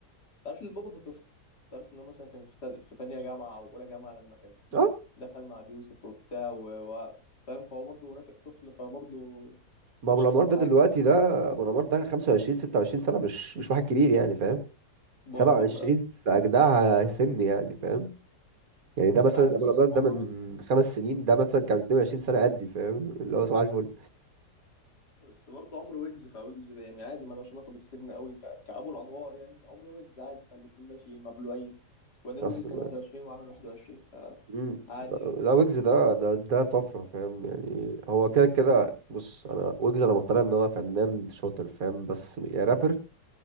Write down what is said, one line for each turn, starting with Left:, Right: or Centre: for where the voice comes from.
Left: تعرف إن البابا ده طفل تعرف ان هو مثلا كان في تا- في تانية جامعة او اولى جامعة لما كان
Right: اه
Left: دخل مع بيوسف وبتاع و... و... فاهم فهو برضه رافق طفل فبرضه
Right: ما ابو
Left: مش
Right: الانوار
Left: احسن
Right: ده
Left: حاجة
Right: دلوقتي ده ابو الانوار ده 25 26 سنه مش مش واحد كبير يعني فاهم
Left: برضه
Right: 27
Left: فاهم
Right: في أجدعها سن يعني فاهم يعني ده
Left: بس
Right: مثلا
Left: عادي مثلا
Right: أبو الأبيض ده
Left: عمرو
Right: من
Left: ويجز
Right: خمس سنين ده مثلا كان 22 سنة قدي فاهم اللي هو صباح الفل
Left: بس برضه عمرو ويجز فويجز يعني عادي ملوش علاقة بالسن قوي ك... كأبو الأنوار يعني عمرو ويجز عادي فالاتنين ماشي مبلوعين وبعدين
Right: أصل
Left: ويجز كان 21 وعامل 21
Right: مم.
Left: فعادي يعني
Right: لا ويجز ده ده ده طفرة فاهم يعني هو كده كده بص أنا ويجز أنا مقتنع إن هو فنان شاطر فاهم بس يا رابر